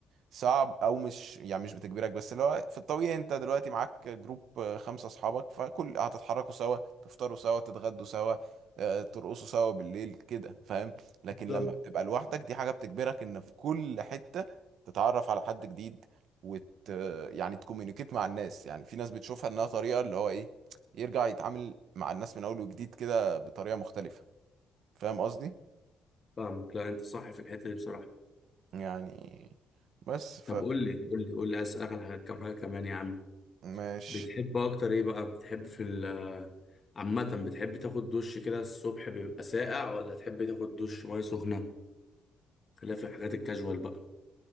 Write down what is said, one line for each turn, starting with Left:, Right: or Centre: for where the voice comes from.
Right: صعب او مش يعني مش بتجبرك بس اللي هو في الطبيعي انت دلوقتي معاك جروب آه، خمسة اصحابك فكل هتتحركوا سوا تفطروا سوا تتغدوا سوا آه، ترقصوا سوا بالليل كده فاهم لكن
Left: بالظبط
Right: لما بتبقى لوحدك دي حاجة بتجبرك ان في كل حتة تتعرف على حد جديد وت يعني تكومينيكيت مع الناس يعني في ناس بتشوفها انها طريقة اللي هو ايه يرجع يتعامل مع الناس من اول وجديد كده بطريقة مختلفة فاهم قصدي
Left: فاهمك لا انت صح في الحتة دي بصراحة
Right: يعني بس
Left: طب قول لي قول لي قول لي عايز اسالك على حاجة- كام حاجة كمان يا عم
Right: فماشي
Left: بتحب اكتر ايه بقى بتحب في ال عامة بتحب تاخد دش كده الصبح بيبقى ساقع ولا تحب تاخد دش مية سخنة خلاف الحاجات الكاجوال بقى